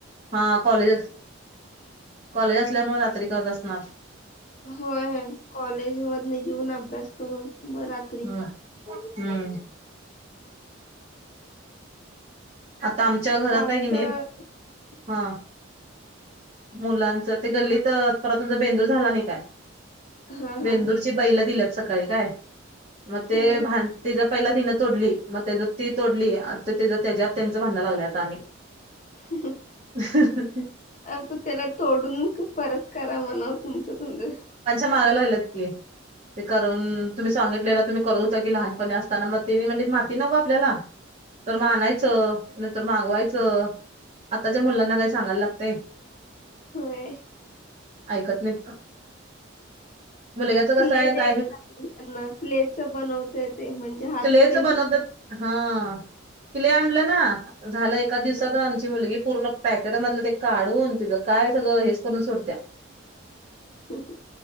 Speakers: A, on the right; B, on the left.
A: हा कॉलेज कॉलेज असल्यामुळे रात्री करत असणार...
B: होय कॉलेज मधून येेऊन अभ्यास करून मग रात्री....
A: हम्म. हम्म.... आता आमच्या घरात
B: टास्क
A: आहे की कनी
B: हा
A: हा.... मुलांचं ते गल्लीत पर तुमचा बेंदूर झाला नाही काय?
B: हा
A: बेंदूरची
B: हा
A: बैल दिल्यात सकाळी काय मग ते
B: हा
A: भानतीच... पहिला तिनं तोडली मग त्या ती तोडली त्याच्यात त्यांचं भांडण लागले आता आणि...
B: <unintelligible>
A: <unintelligible>
B: आता त्याला तोडून परत करा म्हणा तुमच तुम्ही...
A: माग लागल्यात की ते करून तुम्ही... आपल्याला तुम्ही करत होता की लहानपणी असताना मग तेनी म्हणजे माती न गो आपल्याला.... तर म आणायचं! तर मागवायचं आताच्या मुलांना काही सांगायला लागतय....
B: होय....
A: ऐकत नाहीत. मुलग्याच
B: क्ले
A: कसं आहे
B: द्या
A: काय...
B: त्यांना क्लेचं बनवते ते म्हणजे हात
A: <unintelligible>
B: तेन पण
A: क्लेले आणलं ना झालं एका दिवसात आमची मुलगी पूर्ण पॅकेट मधलं ते काढून ति... काय सगळं हेच करून सोडतीया.
B: हम.. हम...